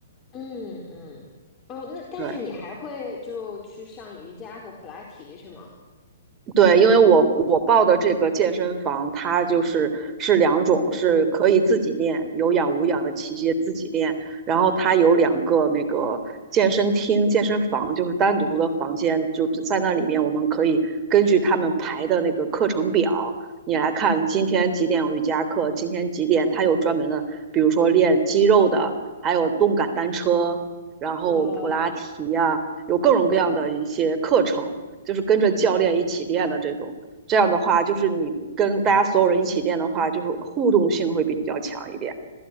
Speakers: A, on the left; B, on the right.
A: 嗯嗯，哦，那但是你还会就去上瑜伽和普拉提是吗？
B: 对，对，因为我我报的这个健身房，它就是是两种，是可以自己练，有氧无氧的器械自己练，然后它有两个那个健身厅、健身房，就是单独的房间，就是在那里面我们可以根据他们排的那个课程表，你来看今天几点有瑜伽课，今天几点，它有专门的，比如说练肌肉的，还有动感单车，然后普拉提呀、
A: 哦，
B: 有各种各样的一些课程。就是跟着教练一起练的这种。这样的话，就是你跟大家所有人一起练的话，就是互动性会比较强一点。